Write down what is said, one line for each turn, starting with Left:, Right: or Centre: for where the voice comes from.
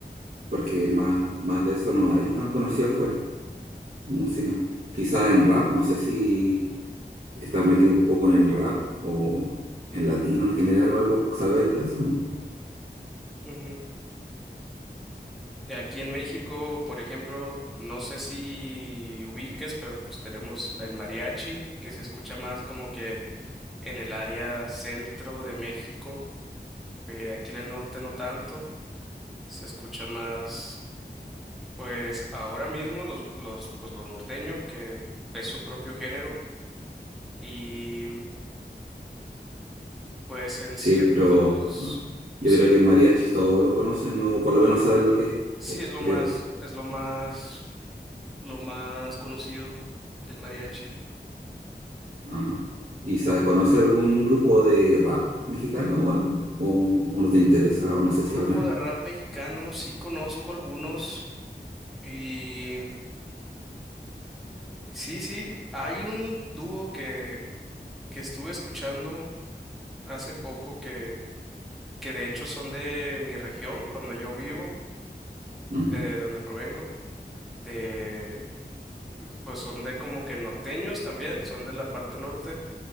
Right: porque más, más de eso no hay tan conocido afuera, música. Quizá en rap, no sé si estás metido un poco en el rap o en latino en general o algo, ¿sabes de eso, no?
Centre: Ujú, ujú. Y Aquí en México, por ejemplo, no sé si ubiques, pero pues tenemos el mariachi, que se escucha más como que en el área centro de México. Eh, aquí en el norte no tanto, se escucha más. Pues ahora mismo los, los, pues lo norteño, que es su propio género, y pues en
Right: Sí,
Centre: ciertos,
Right: pero no. Yo
Centre: sí,
Right: creo que mariachi todos lo conocen o por lo menos saben lo que es,
Centre: sí
Right: po-
Centre: es lo
Right: creo.
Centre: más, es lo más, lo más conocido, el mariachi.
Right: Ajá. ¿Y sabe, conoce algún grupo de rap mexicano o algo? ¿O, o no te interesa o no sé
Centre: Grupo
Right: si habrán?
Centre: de rap mexicano, sí conozco algunos, y sí, sí, hay un dúo que, que estuve escuchando hace poco que, que de hecho son de mi región, por donde yo vivo,
Right: Ujú,
Centre: eh, de donde provengo de pues son de como que norteños también, son de la parte norte